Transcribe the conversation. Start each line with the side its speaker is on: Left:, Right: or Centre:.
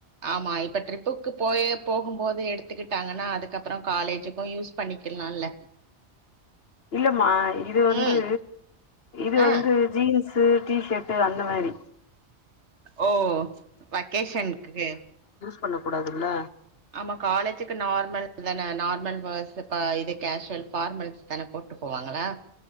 Right: ஆமா இப்ப ட்ரிப்புக்கு போயே போகும் போது எடுத்துக்கிட்டாங்கன்னா அதுக்கப்புற காலேஜுக்கு யூஸ் பண்ணிக்கலால்ல
Left: இல்லமா இது வந்து
Right: ம்
Left: இது
Right: ஆ
Left: வந்து ஜீன்ஸு டிஷட்டு அந்த மாரி
Right: ஓ வக்கேஷன்க்கு
Left: பண்ணக்கூடாதுல்ல
Right: ஆமா காலேஜுக்கு நார்மல் தானே நார்மல்ஸ் பர்ஸ் இது கேஷுவல் பார்மல்ஸ் தானே போட் ட்டு போவாங்களா